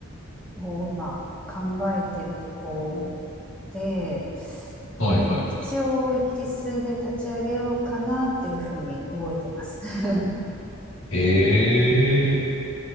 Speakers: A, in the centre; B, on the left.
A: を今考えてるとこで、
B: はいはいはい。
A: まあ、一応イギリスで立ち上げようかなっていうふうに動いてます <laughs>
B: ええ。